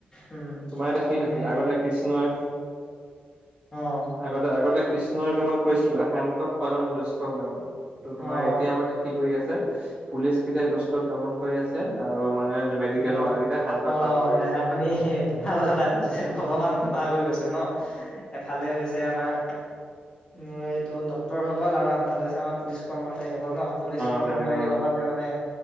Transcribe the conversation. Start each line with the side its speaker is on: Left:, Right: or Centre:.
Left: উম
Right: তোমাৰ
Left: কথাটো
Right: এতিয়া কি হৈছে
Left: মানে সেইটো।
Right: আগতে কৃষ্ণই
Left: অ'
Right: আগতে আগতে কৃষ্ণই তোমাক কৈছিলে শান্তক পালন দুষ্টক দমন। ত'
Left: অ'
Right: তোমাৰ এতিয়া মানে কি কৰি আছে পুলিচ কিটয়া দুষ্টক দমন কৰি আছে, আৰু মানে মেডিকেলৰ
Left: অ'
Right: মানুহকেইটাই শান্তক
Left: অ'
Right: পালন কৰি
Left: মানে
Right: আছে
Left: আপুনি ভাল কথা কৈছে ভগৱানটো ভাগ হৈ গৈছে ন এফালে হৈছে আমাৰ মোৰ এইটো ডক্তৰসকল আৰু আনফালে আছে আমাৰ পুলিচ কৰ্ম সকল ন পুলিচ কৰ্মচাৰীসকলে
Right: অ তেনেকুৱা
Left: মানে